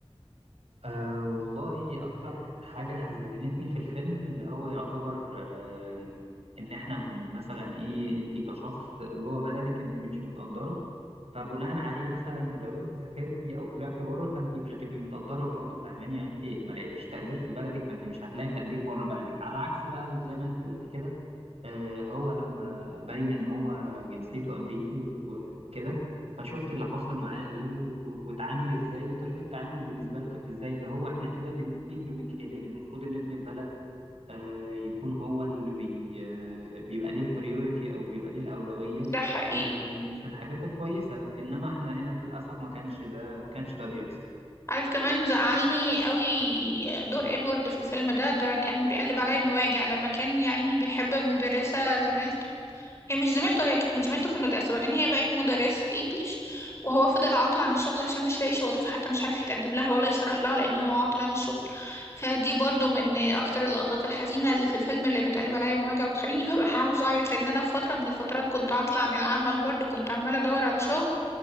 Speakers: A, on the right; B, on the left.
A: أه والله أكتر حاجة حزنتني في الفيلم اللي هو يعتبر أه إن إحنا مثلا إيه أنت كشخص جوه بلدك أنت مش متقدرة فبناء عليه مثلا لو أنت سافرتي أو طلعتي بره فأنت مش هتبقي متقدرة برضه فاهماني يعني أنت ما لقيتيش تقدير في بلدك فأنت مش هتلاقي تقدير بره بلدك على عكس بقى زي ما أنت قلت كده آه، هو لما بين ان هو جنسيته امريكي و- وكده فشفت اللي حصل معاه ايه و- واتعامل ازاي وطريقه التعامل بالنسبه له كانت ازاي اللي هو احنا كده بنكيل بمكيالين المفروض ان ابن البلد آه، يكون هو اللي بي آه، بيبقى ليه البريوريتي او بيبقى ليه الاولويه
B: ده حقيقي
A: آم، في الحاجات الكويسه انما احنا هنا للاسف ما كانش ده ما كانش ده بيحصل
B: عارف كمان زعلني قوي دور ادوارد في الفيلم ده ده كان بيقلب عليا المواجع لما كان يا عيني بيحب مدرسة زميلته هي مش زميلته هي كانت زميلته في المدرسة بعدين هي بقت مدرسة انجليش وهو فضل عاطل عن الشغل عشان مش لاقي شغل فحتى مش عارف يتقدم لها ولا يصرح لها لأن هو عاطل عن الشغل فدي برضو من أكتر اللقطات الحزينة اللي في الفيلم اللي بتقلب عليا المواجع وبتخليني <laughs> ببقى عاوزة أعيط لأن أنا في فترة من الفترات كنت عاطلة عن العمل برضو كنت عمالة أدور على شغل